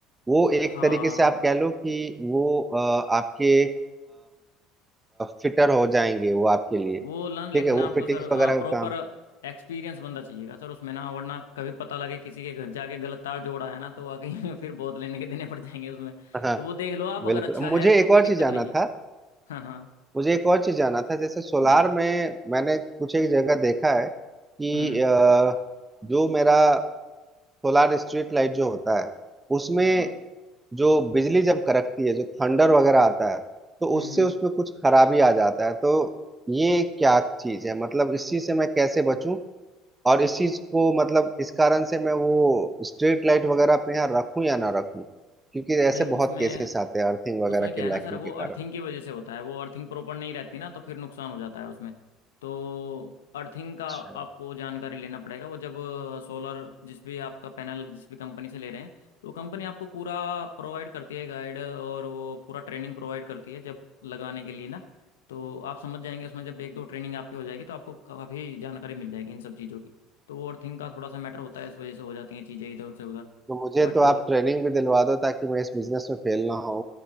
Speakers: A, on the right; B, on the left.
A: वो एक
B: हाँ
A: तरीके से आप कह लो कि वो अ, आपके फिटर हो जाएंगे वो आपके लिए ठीक
B: वो लर्न लेकिन
A: है वो
B: आपको
A: फिटिंग्स
B: सर
A: वगैरह का
B: प्रॉपर
A: काम
B: एक्सपीरियंस बंदा चाहिएगा सर उसमें ना वरना कभी पता लगे किसी के घर जाके गलत तार जोड़ा है ना तो वाकई <laughs> फिर बहुत लेने के देने पड़ जाएंगे उसमें
A: हाँ
B: तो वो देख लो आप अगर
A: बिल्कुल
B: अच्छा
A: मुझे
B: है तो
A: एक
B: कोई
A: और
B: दिक्कत
A: चीज जाना
B: नहीं
A: था
B: है हाँ हाँ
A: मुझे एक और चीज जाना था जैसे सोलार
B: जी
A: में मैंने कुछ एक जगह देखा है कि
B: हम्म
A: अ, जो मेरा सोलार स्ट्रीट लाइट जो होता है उसमें
B: हाँ हाँ
A: जो बिजली जब कड़कती है जो थंडर वगैरह आता है तो
B: हम्म
A: उससे
B: हम्म
A: उसमें कुछ खराबी आ जाता है तो ये क्या चीज है मतलब इस चीज से मैं कैसे बचूं और इस चीज को मतलब इस कारण से मैं वो स्ट्रीट लाइट वगैरह अपने यहाँ रखूं या ना रखूं क्योंकि ऐसे
B: नहीं उसमें
A: बहुत केसेस आते हैं अर्थिंग वगैरह
B: उसमें क्या
A: के
B: है
A: लैकिंग
B: ना सर वो
A: के कारण
B: अर्थिंग की वजह से होता है वो अर्थिंग प्रॉपर नहीं रहती ना तो फिर नुकसान हो जाता है उसमें तो अर्थिंग का
A: अच्छा
B: आपको जानकारी लेना पड़ेगा वो जब सोलर जिस भी आपका पैनल जिस भी कंपनी से ले रहे हैं तो कंपनी आपको पूरा प्रोवाइड करती है गाइड और वो पूरा ट्रेनिंग प्रोवाइड करती है जब लगाने के लिए ना तो आप समझ जाएंगे उसमें जब एक दो ट्रेनिंग आपकी हो जाएगी तो आपको काफ़ी जानकारी मिल जाएगी इन सब चीज़ों की तो वो अर्थिंग का थोड़ा सा मैटर होता है इस वजह से हो जाती हैं चीज़ें इधर से उधर
A: तो मुझे
B: बट
A: तो आप ट्रेनिंग भी दिलवा दो ताकि मैं इस बिजनेस में फेल ना हो